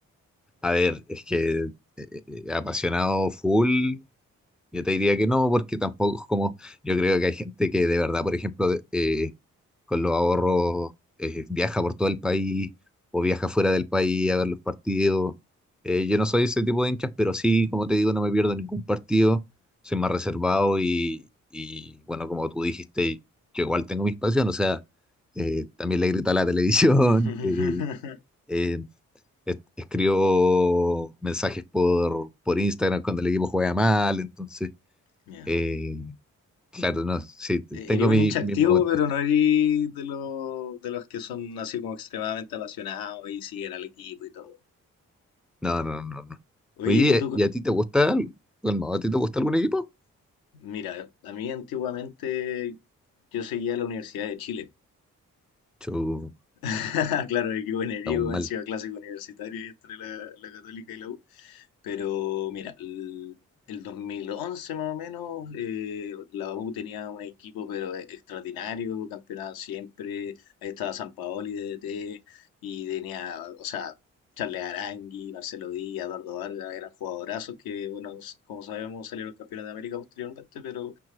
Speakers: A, in the centre; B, on the left.
A: A ver, es que eh, eh, eh, apasionado full. Yo te diría que no, porque tampoco es como, yo creo que hay gente que de verdad, por ejemplo, de- eh, con los ahorros eh, viaja por todo el país o viaja fuera del país a ver los partidos. Eh, yo no soy ese tipo de hinchas, pero sí, como te digo, no me pierdo ningún partido, soy más reservado y, y, bueno, como tú dijiste, yo igual tengo mis pasiones, o sea, eh, también le grito a la televisión,
B: <laughs>
A: <laughs> eh, eh, es- escribo mensajes por, por Instagram cuando el equipo juega mal, entonces...
B: Ya.
A: Eh, claro, no, sí, t-
B: E-
A: tengo
B: Eres
A: mi-
B: un hincha
A: mis
B: activo,
A: momentos.
B: pero no eres de, los de los que son así como extremadamente apasionados y siguen al equipo y todo.
A: No, no, no, no.
B: Oye,
A: Oye,
B: ¿y tú
A: ¿y a ti te gusta el- Calmado, ¿a ti te gusta algún equipo?
B: Mira, a mí antiguamente yo seguía la Universidad de Chile.
A: Chu,
B: <laughs> Claro, qué buen enemigo,
A: estamos mal.
B: encima clásico universitario y entre la, la Católica y la U. Pero mira, el, el 2011 más o menos, eh, la U tenía un equipo pero e- extraordinario, campeonato siempre, ahí estaba Sampaoli de DT y tenía, o sea, Charles Arangui, Marcelo Díaz, Eduardo Vargas, eran jugadorazos que, bueno, s- como sabemos salieron campeones de América posteriormente, pero